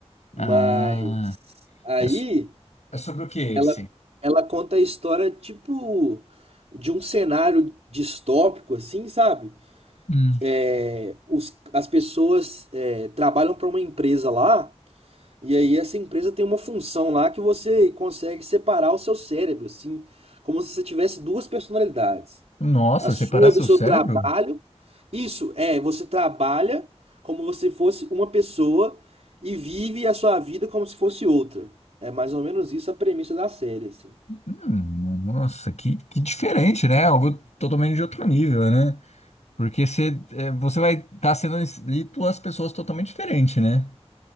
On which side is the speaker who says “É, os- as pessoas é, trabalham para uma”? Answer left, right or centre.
Right